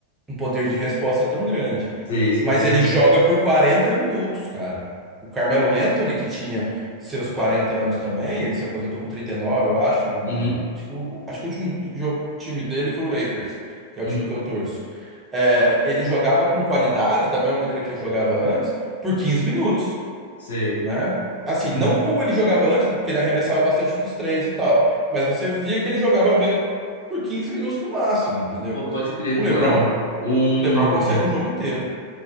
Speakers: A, on the right; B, on the left.
A: um poder de resposta tão grande.
B: Sei, isso,
A: Mas
B: entendi.
A: ele joga por 40 minutos, cara. O Carmelo Anthony, que tinha seus 40 anos também, ele se aposentou com 39, eu acho. No,
B: Uhum,
A: acho que o acho que o último jo- time dele foi o Lakers, que é
B: uhum,
A: o time que eu torço. É, ele jogava com qualidade, da mesma maneira que ele jogava antes, por quinze minutos
B: sei.
A: né? Assim,
B: Né?
A: não como ele jogava antes, porque ele arremessava bastante dos três e tal, mas você via que ele jogava bem por 15 minutos no máximo, entendeu?
B: Pô, pode crer.
A: O LeBron,
B: Mano, um...
A: o LeBron consegue um jogo inteiro.